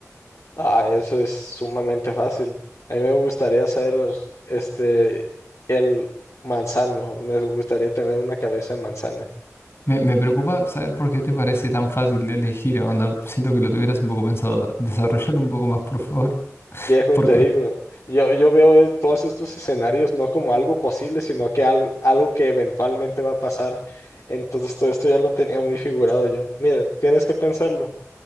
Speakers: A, on the left (about 70°); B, on the left (about 50°).
A: Ah, eso es sumamente fácil. A mí me gustaría ser este el manzano, me gustaría tener una cabeza de manzana.
B: Me, me preocupa saber por qué te parece tan fácil de elegir, onda, siento que lo tuvieras un poco pensado. Desarrollalo un poco más, por favor.
A: Viejo,
B: ¿Por
A: te
B: qué?
A: digo, yo, yo veo es- todos estos escenarios no como algo posible, sino que algo, algo que eventualmente va a pasar. Entonces todo esto ya lo tenía muy figurado yo. Mira, tienes que pensarlo.